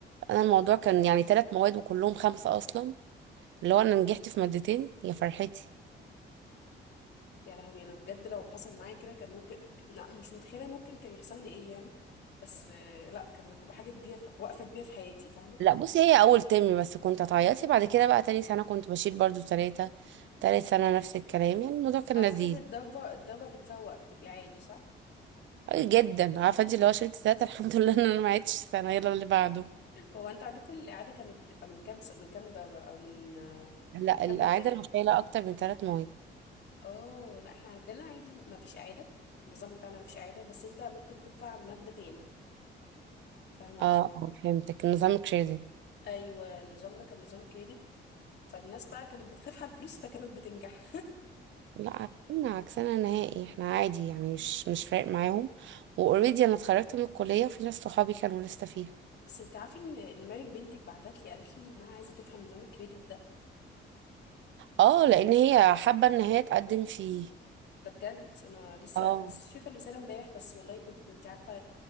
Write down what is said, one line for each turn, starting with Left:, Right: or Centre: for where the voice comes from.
Right: انا الموضوع كان يعني ثلاث مواد وكلهم خمسة اصلا اللي هو انا نجحت في مادتين يا فرحتي
Left: يا لهوي انا بجد لو حصل معايا كده كان ممكن <clears throat> لا مش متخيلة ممكن كان يحصل لي ايه يعني بس آه، لا كان هتبقى حاجة كبيرة في... وقفة كبيرة في حياتي فاهمة
Right: لا بصي هي اول ترم بس كنت اتعيطي بعد كده بقى تاني سنة كنت بشيل برضو ثلاثة تالت سنة نفس الكلام يعني الموضوع كان
Left: اعتقد
Right: لذيذ
Left: الضربة الضربة بتفوق بتبقي عادي صح
Right: أي جدا عارفة انت اللي هو شلت ثلاثة <laughs> الحمد لله ان انا ما عدتش السنة يلا اللي بعده
Left: هو انت عندكم الإعادة كانت بتبقى من كام س... من كام درجة أو من آه،
Right: لا
Left: من كام
Right: الإعادة
Left: مادة يعني؟
Right: أنا شايلة أكتر من ثلاث مواد
Left: اه لا احنا عندنا عادي ما فيش إعادة النظام بتاعنا ما فيش إعادة بس انت ممكن تدفع عن مادة تاني فاهمة
Right: اه
Left: قصدي؟
Right: آه، فهمتك نظام كريدت
Left: أيوة نظامنا كان نظام كريدت فالناس بقى كانت بتخاف على الفلوس فكانت بتنجح
Right: لا عكسنا عكسنا نهائي احنا عادي يعني مش مش فارق معاهم واوريدي انا اتخرجت من الكلية وفي ناس صحابي كانوا لسه فيها
Left: <laughs> بس انت عارفة ان ان مريم بنتك بعتت لي قالت لي انها عايزة تفهم نظام الكريدت ده
Right: اه لان هي حابة ان هي تقدم فيه
Left: ده بجد انا لسه
Right: اه
Left: لسه شايفه الرساله امبارح بس والله كنت انت عارفه